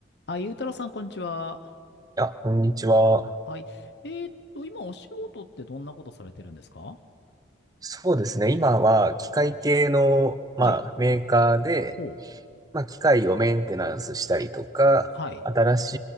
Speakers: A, on the left; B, on the right.
A: あ、ゆうたろうさん、こんにちは。
B: いや、こんにちは。
A: はい。えーっと、今、お仕事ってどんなことされてるんですか
B: そうですね。今は機械系の、まあ、
A: はい。
B: メーカーで、
A: ほう。
B: まあ、機械をメンテナンスしたりとか、
A: はい。
B: 新し